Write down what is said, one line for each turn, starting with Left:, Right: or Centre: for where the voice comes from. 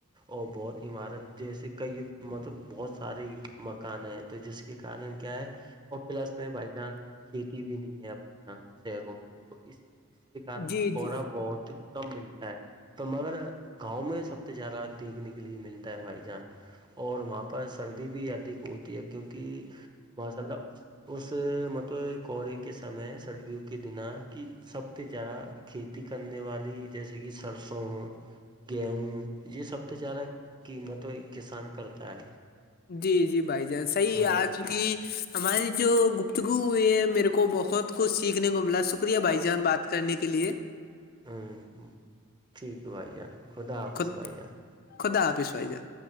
Right: اور بہت عمارت جیسے کئی مطلب بہت سارے مکان ہیں تو جس کے کارن کیا ہے- اور پلس میں بائی چانس کھیتی بھی نہیں ہے اپنے یہاں شہروں میں- تو اس اس کے کارن
Left: جی
Right: کورا
Left: جی
Right: بہت کم ملتا ہے تو مگر- گاؤں میں سب سے زیادہ- دیکھنے کے لیے ملتا ہے بائی جہان اور وہاں پر سردی بھی ادھک ہوتی ہے کیونکہ ماشاء اللہ اس اس مطلب کوورے کے سمے سردیوں کے بنا کہ- سب سے زیادہ کھیتی کرنے والی جیسے کہ سرسوں ہو- گیہوں یہ سب سے زیادہ قیمت کسان کرتا ہے
Left: جی-جی بھائی جان صحیح
Right: ہاں
Left: آ چک کی- ہماری جو گفتگو ہوئی ہے میرے کو بہت کچھ سیکھنے کو ملا شکریہ بھائی جان بات- کرنے کے لیے
Right: ہوں ٹھیک ہے بھائی جان خدا حافظ
Left: خ
Right: بھائی جان-
Left: خدا آپیس بائی جان-